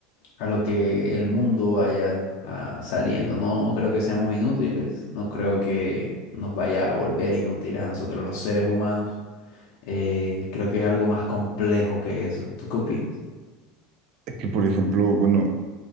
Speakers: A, on the left; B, on the right.
A: a lo que el mundo vaya ah, saliendo. No creo que seamos inútiles, no creo que nos vaya a volver inútiles a nosotros los seres humanos eh, creo que es algo más complejo que eso. ¿Tú qué opinas?
B: Es que, por ejemplo, bueno.